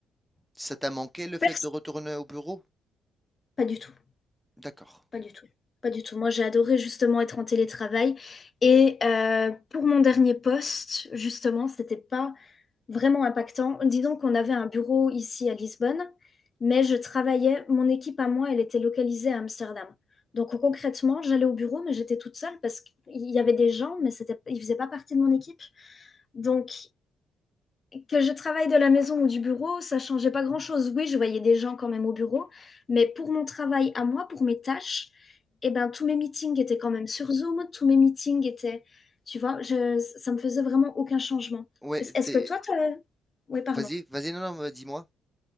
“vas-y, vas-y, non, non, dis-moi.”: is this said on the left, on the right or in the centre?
Centre